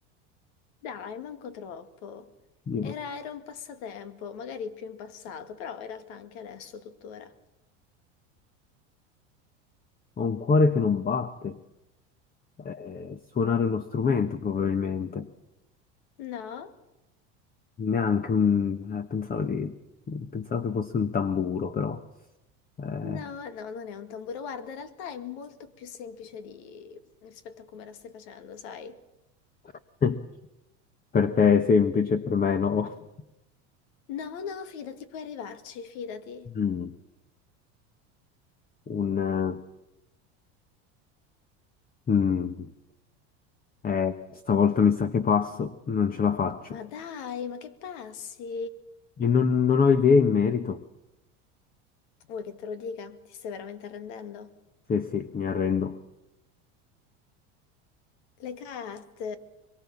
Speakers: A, on the left (about 70°); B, on the left (about 25°).
A: Dai, manco troppo.
B: Io
A: Era,
B: lo- so.
A: era un passatempo, magari più in passato, però in realtà anche adesso, tuttora.
B: ho un cuore che non batte. Eh, suonare uno strumento probabilmente.
A: No?
B: Neanche un... eh, pensavo di... pensavo che fosse un tamburo, però... eh,
A: No, no, non è un tamburo. Guarda, in realtà è molto più semplice di... rispetto a come la stai facendo, sai?
B: <laughs> per te è semplice, per me no.
A: No, no, fidati, puoi arrivarci, fidati.
B: Mm, un, eh, mm, eh, stavolta mi sa che passo, non ce la faccio.
A: Ma dai, ma che passi?
B: E non, non ho idee in merito.
A: Vuoi che te lo dica? Ti stai veramente arrendendo?
B: Sì, sì, mi arrendo.
A: Le carte,